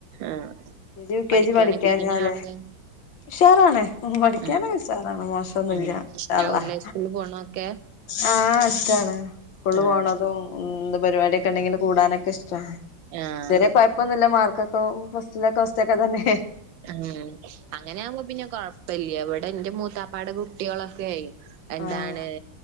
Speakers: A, on the right (about 75°); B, on the left (about 80°).
A: ആഹ്
B: L K G U K
A: പഠിക്കാനൊക്കെ
B: G പഠിക്കാഞ്ഞാൽ.
A: എങ്ങനെയാ ആള്
B: ഉഷാറാണ് പഠിക്കാനൊക്കെ
A: ഉം
B: ഉഷാറാണ് മോശൊന്നുല്ല
A: ഉം
B: ഇൻശാ
A: ഇഷ്ടാവൂല്ലേ
B: അല്ലാഹ്
A: സ്കൂളിൽ പോണൊക്കെ
B: ആഹ ഇഷ്ടാണ് സ്കൂള്
A: ആഹ്
B: പോണതും എന്ത് പരിപാടിയൊക്കെ ഇണ്ടെങ്കിൽ കൂടാനൊക്കെ ഇഷ്ടാണ്.
A: ആഹ്
B: ഇതരെ കുഴപ്പൊന്നുല്ല മാർക്കൊക്കെ ഫസ്റ്റിലൊക്കെ ഫസ്റ്റ് ഒക്കെ തന്നെ
A: ഉം അങ്ങനെയാവുമ്പോ പിന്നെ കൊഴ വലിയവിടെ എന്റെ മൂത്താപ്പാട് കുട്ടികളൊക്കെ ആയി എന്താണ്
B: ആഹ്